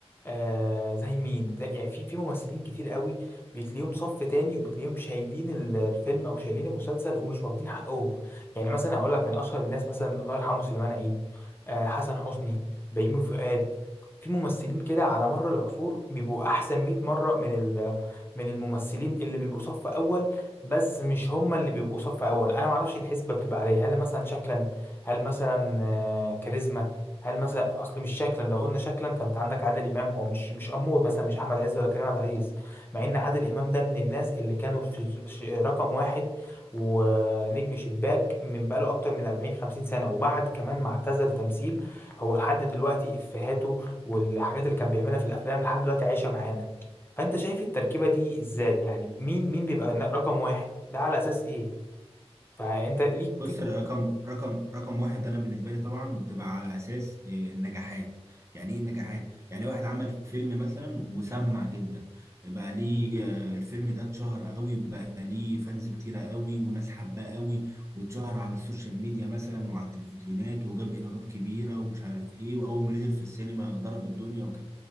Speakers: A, on the left (about 20°); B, on the right (about 25°).
A: آه زي مين زي يعني في في ممثلين كتير قوي بتلاقيهم صف تاني وبتلاقيهم شايلين ال- الفيلم او شايلين المسلسل ومش واخدين حقهم يعني مثلا اقول لك من اشهر الناس مثلا الله يرحمه سليمان عيد آه حسن حسني بيومي فؤاد في ممثلين كده على مر العصور بيبقوا احسن 100 مره من ال من الممثلين اللي بيبقوا صف اول بس مش هم اللي بيبقوا صف اول انا ما اعرفش الحسبه بتبقى عليه هل مثلا شكلا هل مثلا آه، كاريزما هل مثلا اصل مش شكلا لو قلنا شكلا فانت عندك عادل امام هو مش مش امور مثلا مش احمد عز ولا كريم عبد العزيز مع ان عادل امام ده من الناس اللي كانوا في ش- رقم واحد ونجم شباك من بقاله اكتر من 40 50 سنه وبعد كمان ما اعتزل تمثيل هو لحد دلوقتي افهاته والحاجات اللي كان بيعملها في الافلام لحد دلوقتي عايشه معانا فانت شايف التركيبه دي ازاي يعني مين مين بيبقى ن- رقم واحد ده على اساس ايه فانت ليك
B: بص
A: تيجي
B: رقم رقم رقم واحد انا بالنسبه لي طبعا بتبقى على اساس إيه، النجاحات يعني ايه النجاحات يعني واحد عمل فيلم مثلا وسمع جدا بقى ليه آه، الفيلم ده اتشهر قوي بقى ليه فانز كتيره قوي وناس حباه قوي واتشهر على السوشيال ميديا مثلا وعلى التلفزيونات وجاب ايرادات كبيره ومش عارف ايه واول ما نزل في السينما ضرب الدنيا وكده